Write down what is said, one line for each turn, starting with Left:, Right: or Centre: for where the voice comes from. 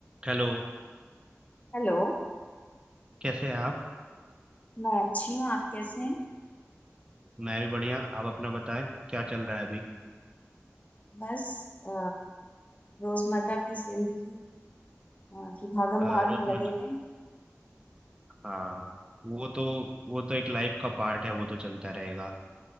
Right: हेलो
Left: Hello
Right: कैसे हैं आप
Left: मैं अच्छी हूँ आप कैसे हैं
Right: मैं भी बढ़िया आप अपना बताएं क्या चल रहा है अभी
Left: बस अ, रोजमर्रा की जिंदगी अ, की भागम
Right: अ,
Left: भाग
Right: रोजमर्रा
Left: में लगे हुए
Right: हाँ वो तो वो तो एक लाइफ का पार्ट है वो तो चलता रहेगा